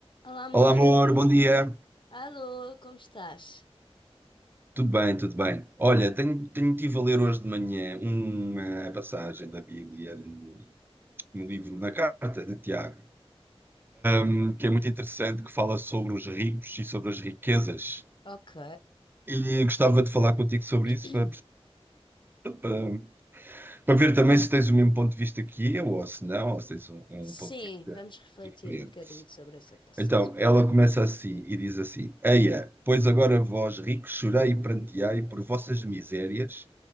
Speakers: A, on the left; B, on the right.
A: Olá, amor.
B: Olá, amor, bom dia.
A: Alô, como estás?
B: Tudo bem, tudo bem. Olha, tenho, tenho tive a ler hoje de manhã uma passagem da Bíblia no, no livro, na carta de Tiago, hum, que é muito interessante, que fala sobre os ricos e sobre as riquezas.
A: Ok.
B: E gostava de falar contigo sobre
A: <clears throat>
B: isso para, para, para ver também se tens o mesmo ponto de vista que eu, ou se não, ou se tens um, um
A: Sim,
B: ponto de vista
A: vamos refletir
B: diferente.
A: um bocadinho sobre essa passagem.
B: Então, ela começa assim e diz assim: Eia, pois agora vós ricos chorai e pranteai por vossas misérias